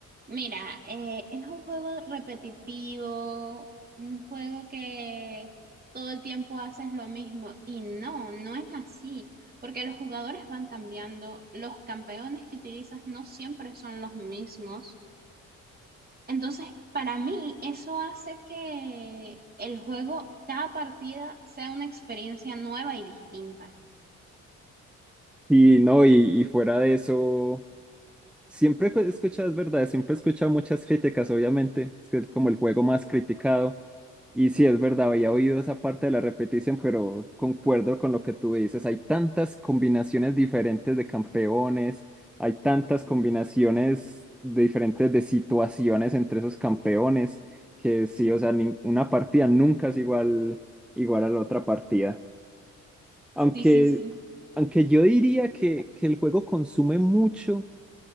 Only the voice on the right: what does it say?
mira, eh, es un juego repetitivo, un juego que todo el tiempo haces lo mismo. Y no, no es así, porque los jugadores van cambiando, los campeones que utilizas no siempre son los mismos. Entonces, para mí, eso hace que el juego, cada partida, sea una experiencia nueva y distinta.
Sí,
sí, sí.